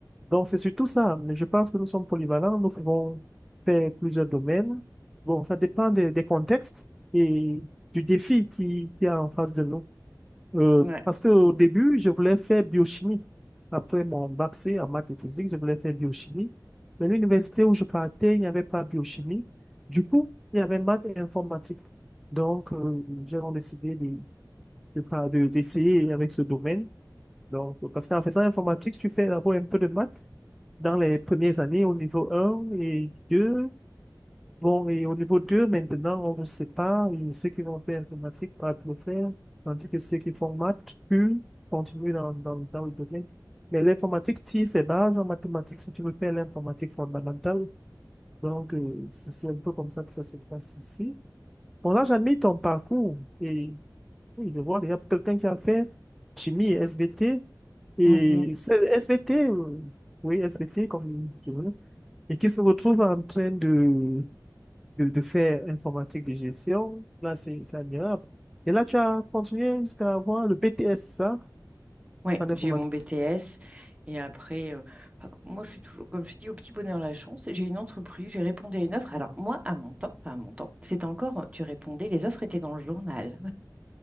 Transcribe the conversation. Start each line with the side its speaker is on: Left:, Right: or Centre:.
Centre: Donc, c'est surtout ça. Mais je pense que nous sommes polyvalents, nous pouvons faire plusieurs domaines. Bon, ça dépend des, des contextes et du défi qui, qui est en face de nous. Euh,
Right: Ouais.
Centre: parce qu'au
Right: Mm.
Centre: début, je voulais faire biochimie. Après mon bac C en maths et physique, je voulais faire biochimie. Mais l'université où je partais, il n'y avait pas biochimie. Du coup, il y avait maths et informatique. Donc, euh, j'ai donc décidé de, de, par- de- d'essayer avec ce domaine. Donc, euh, parce qu'en faisant informatique, tu fais d'abord un peu de maths dans les premières années au niveau 1 et 2. Bon, et au niveau 2 maintenant, on vous sépare. Et ceux qui vont faire informatique peuvent le faire, tandis que ceux qui font maths, eux, continuent dans, dans, dans le domaine. Mais l'informatique tire ses bases en mathématiques si tu veux faire l'informatique fondamentale. Donc, euh, c'est c'est un peu comme ça que ça se passe ici. Bon, là, j'admire ton parcours. Et oui, je vois, il y a quelqu'un qui a fait chimie, SVT, et
Right: Mhm. Mhm.
Centre: c'est SVT, euh, oui, SVT, comme tu veux, et qui se retrouve en train de de, de faire informatique de gestion. Là, c'est c'est admirable. Et là, tu as continué jusqu'à avoir le BTS, c'est ça?
Right: Ouais,
Centre: En informatique.
Right: j'ai eu mon BTS et après, euh, bah, moi je suis toujours, comme je dis, au petit bonheur la chance. J'ai une entreprise, j'ai répondu à une offre. Alors moi, à mon temps, enfin à mon temps, c'était encore, euh, tu répondais, les offres étaient dans le journal.